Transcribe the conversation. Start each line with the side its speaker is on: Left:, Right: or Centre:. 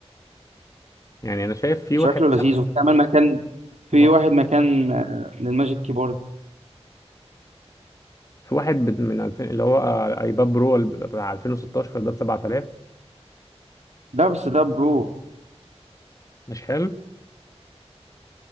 Left: يعني انا شايف في
Right: شكله
Left: واحد بسبعة
Right: لذيذ وبتعمل مكان في
Left: اه
Right: واحد مكان آه، للماجيك كيبورد
Left: في واحد بت- من 2000 اللي هو ايباد برو ال- بتاع 2016 ده ب 7000
Right: لا بس ده برو
Left: مش حلو